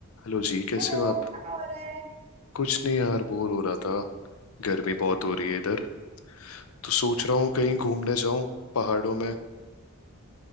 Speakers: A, on the left (about 70°); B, on the right (about 25°).
A: Hello जी कैसे
B: Hello
A: हो आप
B: क्या हो रहा है
A: कुछ नहीं यार बोर हो रहा था गर्मी बहुत हो रही है इधर तो सोच रहा हूँ कहीं घूमने जाऊं पहाड़ों में